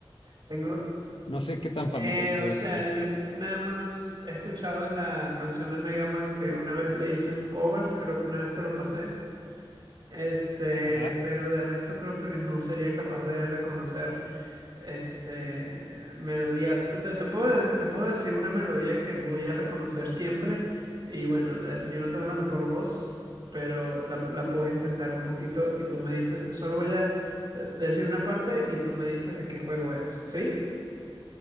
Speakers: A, on the right; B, on the left.
A: Tengo,
B: No sé qué tan
A: eh,
B: familiarizado
A: o sea,
B: estés.
A: yo nada más he escuchado la canción de Mega Man que una vez le hice un cover, creo que una vez te lo pasé. Este,
B: Ajá.
A: pero de resto creo, creo que no sería capaz de reconocer este melodías. Te, te puedo, de- te puedo decir una melodía que voy a reconocer siempre. Y bueno, de- yo no tengo la mejor voz, pero la, la puedo intentar un poquito y tú me dices, solo voy a eh, decir una parte y tú me dices de qué juego es, ¿sí?